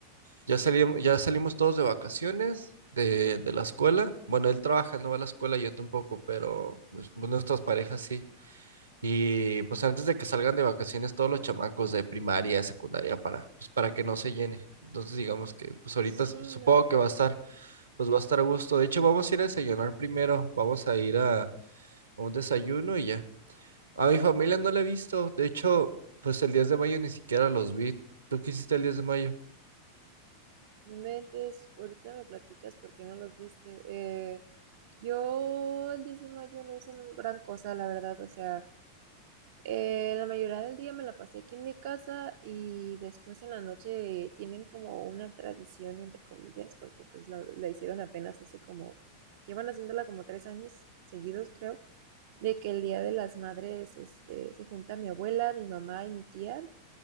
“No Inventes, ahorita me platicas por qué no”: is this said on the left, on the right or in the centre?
Right